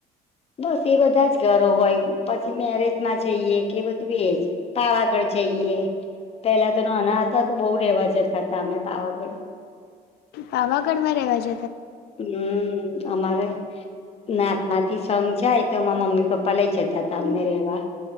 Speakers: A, on the left; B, on the left.
A: બસ એ બધા જ ઘરો હોય પછી મેરેજમાં જઈએ કે બધું એજ પાવાગઢ જઈએ, પેલા તો નોના હતા તો બહુ રેવા જતા હતા અમે પાવાગઢ.
B: પાવાગઢ માં રહેવા જ
A: હમ અમારે નાત માંથી સઘ જાય તો એમાં મમ્મી પપ્પા લઇ જતા હતા અમને રેવા.